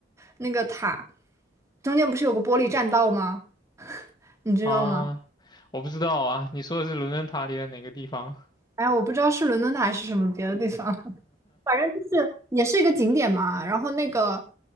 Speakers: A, on the right; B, on the left.
A: 那个塔中间不是有个玻璃栈道吗？<laughs> 你知道吗？
B: 啊，我不知道啊，你说的是伦敦塔里的哪个地方？
A: 哎呀我不知道是伦敦塔还是什么别的地方。反正就是也是一个景点嘛，然后那个